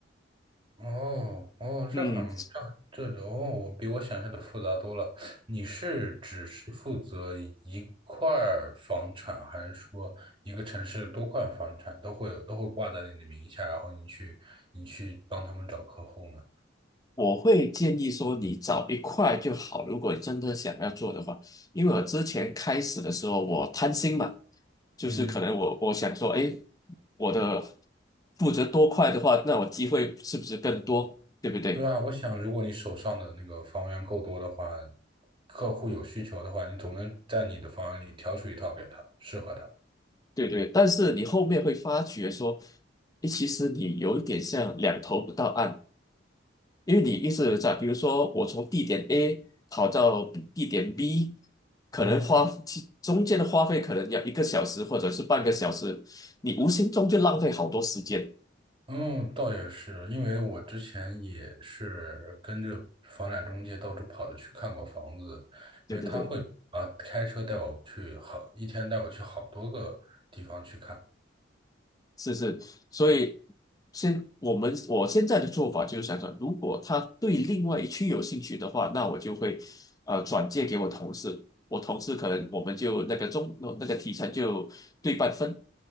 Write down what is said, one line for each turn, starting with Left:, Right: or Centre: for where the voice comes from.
Right: 哦哦，
Left: 嗯。
Right: 这很这很这哦，我比我想象的复杂多了。你是只是负责一块儿房产，还是说一个城市多块房产都会有都会挂在你的名下，然后你去你去帮他们找客户呢？
Left: 我会建议说，你找一块就好。如果真的想要做的话，因为我之前开始的时候，我贪心嘛，就是可能我我想说，
Right: 嗯，
Left: 哎，我的负责多块的话，那我机会是不是更多？对不对？
Right: 对啊，我想如果你手上的那个房源够多的话，客户有需求的话，你总能在你的房源里挑出一套给他，适合他。
Left: 对对。但是你后面会发觉说，哎，其实你有一点像两头不到岸。因为你一直在，比如说我从地点 A 跑到地点 B，可能花其中间的花费可能要一个小时或者是半个小时，
Right: 嗯。
Left: 你无形中就浪费好多时间。
Right: 嗯，倒也是，因为我之前也是跟着房产中介到处跑着去看过房子，
Left: 对对对，
Right: 因为他会啊开车带我去好，一天带我去好多个地方去看。
Left: 是是，所以现我们我现在的做法就是想想，如果他对另外一区有兴趣的话，那我就会呃转借给我同事，我同事可能我们就那个中那个提成就对半分。